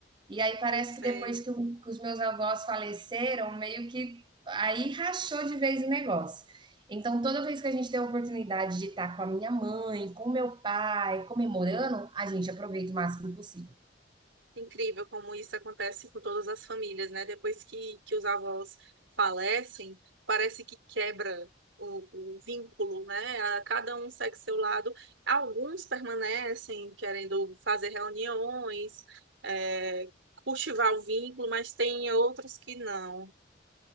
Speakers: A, on the right; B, on the right.
A: E aí parece
B: eu sei.
A: que depois que, o- que os meus avós faleceram, meio que aí rachou de vez o negócio. Então, toda vez que a gente tem a oportunidade de estar com a minha mãe, com o meu pai, comemorando, a gente aproveita o máximo possível.
B: Incrível como isso acontece com todas as famílias, né? Depois que, que os avós falecem, parece que quebra o, o vínculo, né? A- Cada um segue seu lado. Alguns permanecem querendo fazer reuniões, é, cultivar o vínculo, mas tem outros que não.